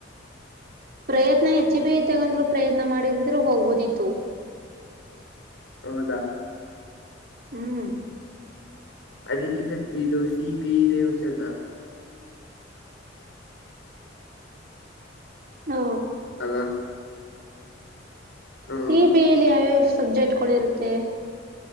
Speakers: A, on the right; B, on the left.
A: ಪ್ರಯತ್ನ ಹೆಚ್ಚು ಬೀ ಹೇ ಮಾಡಿ ತಗಂದ್ರು ಪ್ರಯತ್ನ ಮಾಡಿದಿದ್ರು ಹೋಗ್ಬೋದಿತ್ತು.
B: ಹೌದಾ.
A: ಹ್ಮ್.
B: ಅದಕ್ಕಿಂತ ಇದು ಸಿ ಈ ಬಿ ಹೇ ನೇ ಚಂದ.
A: ನೂ.
B: ಅಲ್ಲ ಹ್ಮ್
A: ಸಿ ಈ ಬಿ ಹೇ ಅಲ್ಲಿ ಯಾವ್ಯಾವ ಸಬ್ಜೆಕ್ಟ್ಗರುತ್ತೆ.